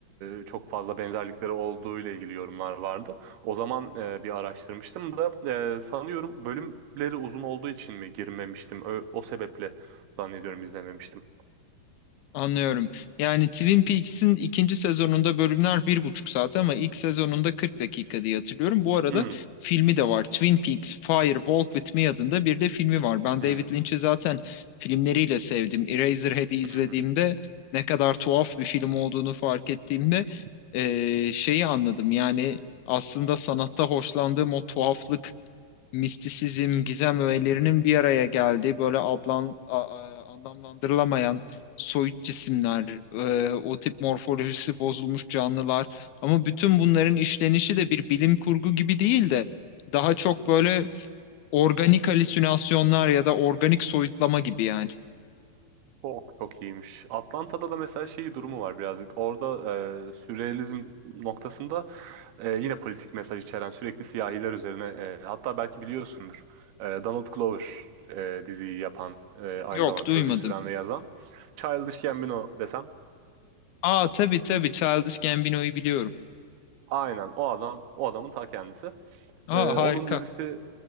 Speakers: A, on the right; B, on the left.
A: e, çok fazla benzerlikleri olduğu ile ilgili yorumlar vardı. O zaman e, bir araştırmıştım da e, sanıyorum bölümleri uzun olduğu için mi girmemiştim. Ö- o sebeple zannediyorum izlememiştim.
B: Anlıyorum. Yani Twin Peaks'in ikinci sezonunda bölümler bir buçuk saat ama ilk sezonunda 40 dakika diye hatırlıyorum. Bu arada
A: Hmm,
B: filmi de var. Twin Peaks Fire Walk With Me adında bir de filmi var. Ben
A: hmm,
B: David Lynch'i zaten filmleriyle sevdim. Eraserhead'i izlediğimde
A: hı
B: ne kadar tuhaf bir film olduğunu fark ettiğimde
A: hı.
B: eee, şeyi anladım. Yani aslında sanatta hoşlandığım o tuhaflık mistisizm, gizem öğelerinin bir araya geldiği böyle ablan, a- a- anlamlandırılamayan soyut cisimler, e, o tip morfolojisi bozulmuş canlılar. Ama bütün bunların işlenişi de bir bilim kurgu gibi değil de daha çok böyle organik halüsinasyonlar ya da organik soyutlama gibi yani.
A: Çok çok iyiymiş. Atlanta'da da mesela şey durumu var birazcık. Orada e, sürrealizm noktasında e, yine politik mesaj içeren sürekli siyahiler üzerine e, hatta belki biliyorsundur. E, Donald Glover e, diziyi yapan, e, aynı
B: Yok,
A: zamanda
B: duymadım.
A: prodüse eden ve yazan. Childish Gambino desem
B: Aa tabii tabii Childish Gambino'yu biliyorum.
A: aynen o adam, o adamın ta kendisi.
B: Aa
A: E,
B: harika.
A: onun dizisi